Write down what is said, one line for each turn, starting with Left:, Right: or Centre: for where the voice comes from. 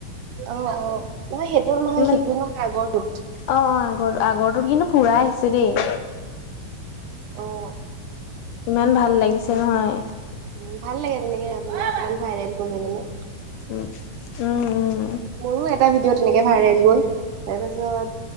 Right: অ অ নহয় সেইটো নহয়
Left: ইমান
Right: সেইটো নহয় আগৰটো
Left: অ অ আগৰ আগৰটোত কিন্তু পুৰা আহিছে দেই
Right: অ'।
Left: ইমান ভাল লাগিছে নহয়
Right: উম ভাল লাগে তেনেকে মানে অকণমান ভাইৰেল হলে মানে
Left: <inaudible> উম
Right: মোৰো এটা ভিডিঅ' তেনেকে ভাইৰেল গ'ল তাৰপিছত